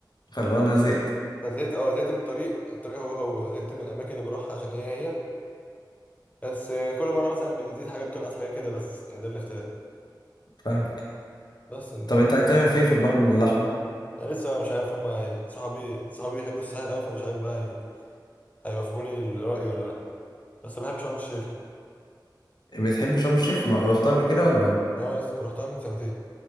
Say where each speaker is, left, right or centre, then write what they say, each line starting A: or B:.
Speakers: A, on the left; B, on the left.
A: فاللي هو انا زهقت
B: فزهقت اه زهقت من الطريق الطريق هو هو زهقت من الاماكن اللي بروحها عشان هي هي بس آه، كل مره مثلا بتزيد حاجه بتنقص حاجه كده بس يعني ده الاختلاف
A: فاهمك
B: بس إن
A: طب انت
B: انت
A: عايز تسافر فين في البحر الأحمر
B: انا لسه بقى مش عارف هما هي- صحابي صحابي بيحبوا الساحل قوي فمش عارف بقى هي- هيوافقوني الرأي ولا لا بس بحب شرم الشيخ
A: بتحب شرم الشيخ ما رحتها قبل كده ولا
B: اه لسه رحتها من سنتين